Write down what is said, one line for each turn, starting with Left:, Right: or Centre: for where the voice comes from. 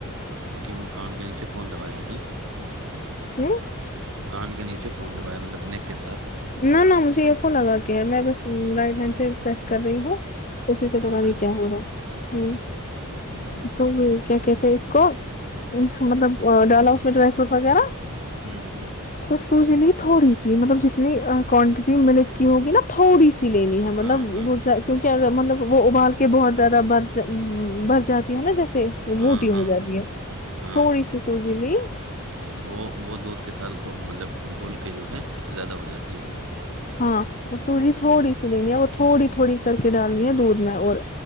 Right: تو کیوں کان کے نیچے فون دبایا ہے
Left: ہوں
Right: کان کے نیچے فون دبایا مطلب نیک کے ساتھ
Left: نہ نہ مجھے یہ ف لگا کیا ہے میں بس رائٹ ہینڈ سے پریس کر رہی ہوں کسی سے
Right: اچھا
Left: پتا
Right: پریس
Left: ری کیا
Right: کر رہے
Left: ہونا
Right: ہیں۔
Left: ہاں
Right: ہوں
Left: کیا کہتے ہیں اس کو مطلب ڈالا اس میں ڈرائی فروٹ وغیرہ
Right: ہوں
Left: اور سوج لگی تھوڑی سی مطلب جتنی کوانٹٹی ملک کی ہوگی نا تھوڑی سی لینی ہے
Right: ہاں
Left: مطلب
Right: ہاں
Left: وہ کیونکہ مطلب وہ ابال کے بہت زیادہ بر بر جاتی ہے نا جیسے وہ
Right: ہاں
Left: موٹی ہو
Right: ہاں
Left: جاتی
Right: ہاں
Left: ہے
Right: ہاں
Left: تھوڑی سی سوجی نہیں
Right: ہاں وہ دودھ کے ساتھ مطلب گھل کے جو ہے زیادہ ہو جاتی ہے وہ
Left: ہاں سوجی
Right: ہ
Left: تھوڑی سی لین وہ تھوڑی تھوڑی کر کے ڈالنی ہے دودھ میں اور